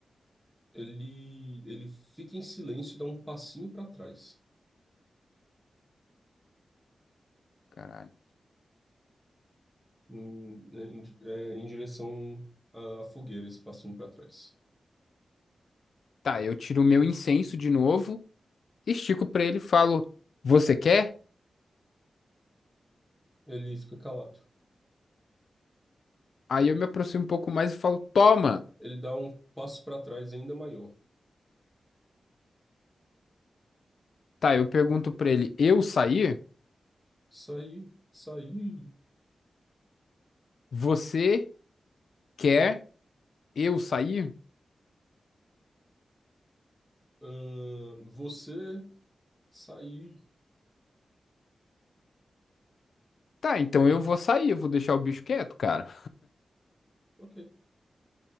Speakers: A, in the centre; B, on the left.
A: Ele, ele fica em silêncio e dá um passinho para trás,
B: Caralho.
A: em, né, em, é, em direção à à fogueira, esse passinho para trás.
B: Tá, eu tiro o meu incenso de novo, estico pra ele e falo, você quer?
A: Ele fica calado.
B: Aí eu me aproximo um pouco mais e falo, toma.
A: Ele dá um passo para trás ainda maior.
B: Tá, eu pergunto pra ele, eu sair?
A: Saí, saí.
B: Você quer eu sair?
A: ahn, você, saí.
B: Tá, então eu vou sair, eu vou deixar o bicho quieto, cara.
A: Ok.